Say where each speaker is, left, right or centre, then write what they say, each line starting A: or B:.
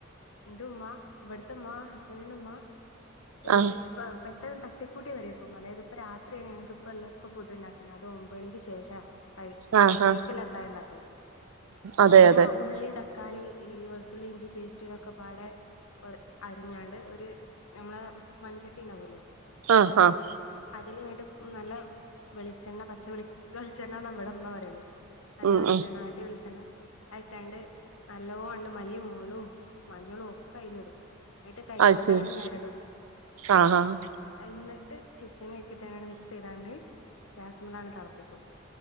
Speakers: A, on the left; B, on the right.
A: ന്റുമ്മ വട്ത്തമ്മ ഹസ്ബെന്റിന്റുമ്മ എള്
B: ആഹ്
A: പ്പം പെട്ടെന്ന് തട്ടി കൂട്ടി കറി വെക്കും. അതായത് പ്പ രാത്രാണ്. ഞങ്ങക്ക് പ്പല്ലേ പ്പ ഫുഡ് ണ്ടാക്കണ്. അതും ഒമ്പേണി ശേഷാ അഹ്
B: ആഹ്
A: രാത്രിക്ക്ള്ള
B: ആഹ് ആഹ്
A: അത്തായണ്ടാക്കല്.
B: അതെ
A: ഉമ്മ
B: അതെ
A: ഉള്ളി ത ക്കാളി ഈ വെളുത്തുള്ളി ഇഞ്ചി പേസ്റ്റൊക്കെ പാടെ ഒര് അരിഞ്ഞാണ്ട് ഒരു ഞമ്മളെ മൺചട്ടി ണ്ടാവല്ലോ
B: ആഹ് ആഹ്
A: അതിലിങ്ങട്ട് നല്ല വെളിച്ചെണ്ണ പച്ച വെളിച്ചെണ്ണാന്ന വടെമ്മ പറ്യല്. നല്ലവെളിച്ചെണ്ണ.
B: ഉം ഉം
A: ആട്ട്യ വെളിച്ചെണ്ണ. അത്ട്ടാണ്ട് നല്ലോ ണ്ട് മല്ലിം മൊളും മഞ്ഞളും ഒക്കെയില്ടും. ങ്ങട്ട് കയ്യോണ്ടങ്ങട്
B: അത് ശരി
A: ഞെരടും.
B: ആഹ് ആഹ്
A: ഇന്നട്ട് ചിക്കനയിക്ട്ടാൻഡ് മിക്സൈതാണ്ട്ഗ്യാസ്മ്മലാണ്ട് തെളപ്പിക്കും.